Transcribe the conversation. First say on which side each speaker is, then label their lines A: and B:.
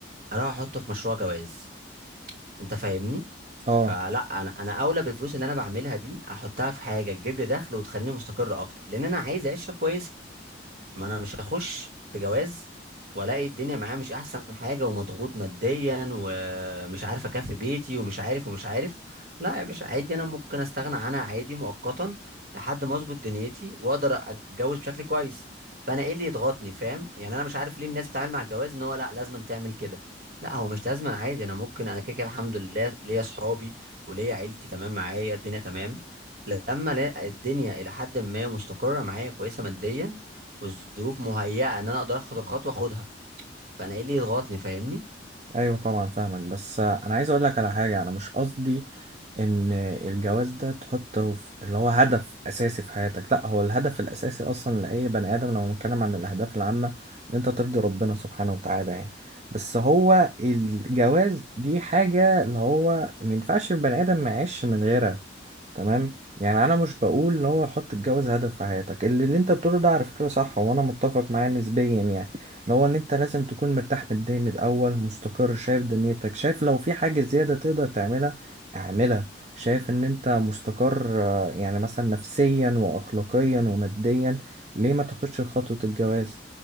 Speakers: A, on the right (about 55°); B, on the right (about 40°).
A: اروح احطه في مشروع جواز انت فاهمني
B: اه
A: فلا انا انا اولى بالفلوس اللي انا بعملها دي احطها في حاجه تجيب لي دخل وتخليني مستقر اكتر لان انا عايز اعيش عيشه كويسه ما انا مش هخش في جواز والاقي الدنيا معايا مش احسن حاجه ومضغوط ماديا ومش عارف اكفي بيتي ومش عارف ومش عارف لا يا باشا عادي انا ممكن استغنى عنها عادي مؤقتا لحد ما اظبط دنيتي واقدر اتجوز بشكل كويس فانا ايه اللي يضغطني فاهم يعني انا مش عارف ليه الناس بتتعامل مع الجواز ان هو لا لازم تعمل كده لا هو مش لازم عادي انا ممكن انا كده كده الحمد لله ليا اصحابي وليا عيلتي تمام معايا الدنيا تمام لما الاقي الدنيا الى حد ما مستقره معايا كويسه ماديا والظروف مهيئه ان انا اقدر اخد الخطوه اخدها فانا ايه اللي يضغطني فاهمني
B: ايوه طبعا فاهمك بس انا عايز اقول لك على حاجه انا مش قصدي ان الجواز ده تحطه في اللي هو هدف اساسي في حياتك لا هو الهدف الاساسي اصلا لاي بني ادم لو بنتكلم عن الاهداف العامه ان انت ترضي ربنا سبحانه وتعالى يعني بس هو الجواز دي حاجه اللي هو ما ينفعش البني ادم ما يعيش من غيرها تمام يعني انا مش بقول ان هو حط الجواز هدف في حياتك اللي, اللي انت بتقوله ده على فكره صح وانا متفق معاه نسبيا يعني اللي هو ان انت لازم تكون مرتاح ماديا الاول مستقر شايف دنيتك شايف لو في حاجه زياده تقدر تعملها اعملها شايف ان انت مستقر آه، يعني مثلا نفسيا واخلاقيا وماديا ليه ما تاخدش خطوه الجواز